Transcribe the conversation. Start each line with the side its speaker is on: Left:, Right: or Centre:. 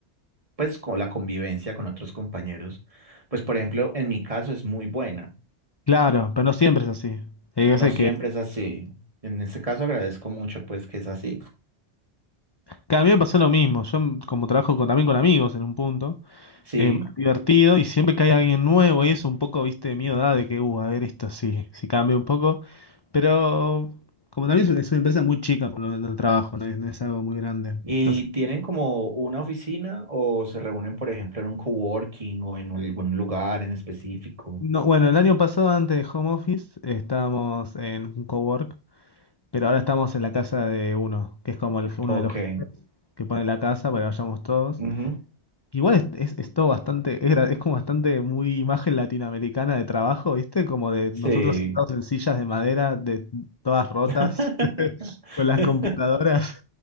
Right: pues con la convivencia con otros compañeros, pues por ejemplo, en mi caso es muy buena.
Left: claro, pero no siempre es así. Hay veces
Right: No siempre
Left: que,
Right: es así. En este caso agradezco mucho, pues, que es así.
Left: que a mí me pasó lo mismo, yo como trabajo con- también con amigos en un punto.
Right: Sí.
Left: eh, divertido y siempre que hay alguien nuevo y eso un poco, viste, de miedo da de que, uh, a ver esto sí, si cambia un poco, pero como también es una, es una empresa muy chica por lo menos el trabajo, no es, no es algo muy grande.
Right: ¿Y
Left: Entonces,
Right: tienen como una oficina o se reúnen, por ejemplo, en un coworking o en algún lugar en específico?
Left: no, bueno, el año pasado antes de home office eh, estábamos en un cowork, pero ahora estamos en la casa de uno, que es como el- uno
Right: Ok.
Left: de los que pone la casa para que vayamos todos.
Right: Ujú.
Left: Igual es, es, es todo bastante, es, gra- es como bastante muy imagen latinoamericana de trabajo, ¿viste? Como de
Right: Sí.
Left: nosotros sentados en sillas de madera, de todas rotas,
Right: <laughs>
Left: <laughs> con las computadoras,